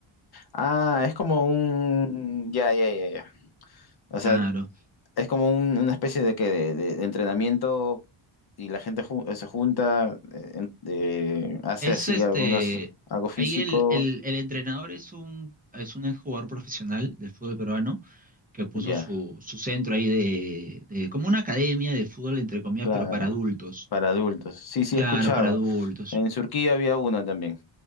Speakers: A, on the left (about 50°); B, on the right (about 20°).
A: Ah, es como un ya, ya, ya, ya. O
B: Claro.
A: sea, es como un- una especie de que de, de- de entrenamiento y la gente ju- se junta, eh, en- eh, hace
B: Es
A: así
B: este,
A: algunos algo físico.
B: ahí el, el, el entrenador es un, es un jugador profesional de fútbol peruano que puso
A: Ya.
B: su, su centro ahí de, de, como una academia de fútbol, entre comillas,
A: Claro,
B: pero para adultos.
A: para adultos. Sí, sí,
B: Claro,
A: he escuchado.
B: para adultos.
A: En Surquía había uno también.